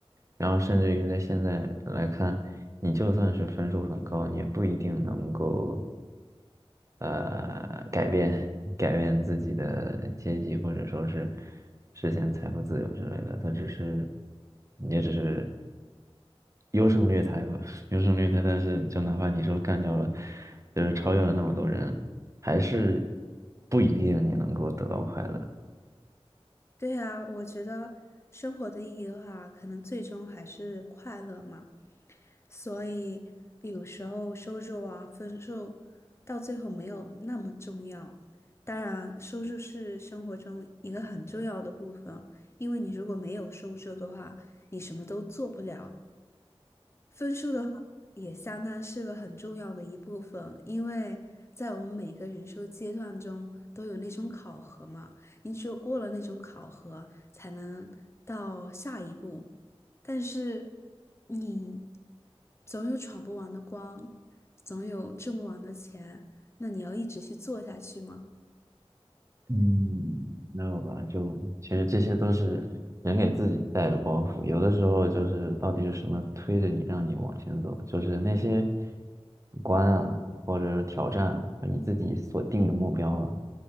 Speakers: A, on the right; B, on the left.
A: 然后甚至于在现在来看，你就算是分数很高，你也不一定能够。呃改变改变自己的阶级，或者说是实现财富自由之类的，他只是也只是优胜劣汰吧，<laughs> 优胜劣汰。但是就哪怕你说干掉了，就是超越了那么多人，还是不一定你能够得到快乐。
B: 对啊，我觉得生活的意义的话，可能最终还是快乐嘛。所以有时候收入啊、分数到最后没有那么重要。当然，收入是生活中一个很重要的部分，因为你如果没有收入的话，你什么都做不了。分数的话，也相当是个很重要的一部分，因为在我们每个人生阶段中都有那种考核嘛，你只有过了那种考核，才能到下一步。但是你总有闯不完的关，总有挣不完的钱，那你要一直去做下去吗？
A: 嗯，没有吧？就其实这些都是人给自己带的包袱，有的时候就是到底是什么推着你让你往前走，就是那些关啊，或者是挑战啊你自己所定的目标啊，